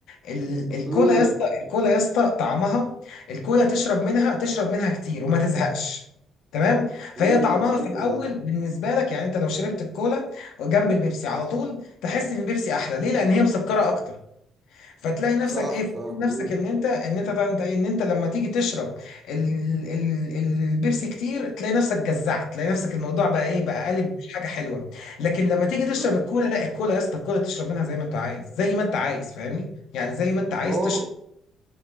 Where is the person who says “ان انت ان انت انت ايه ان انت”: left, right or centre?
Left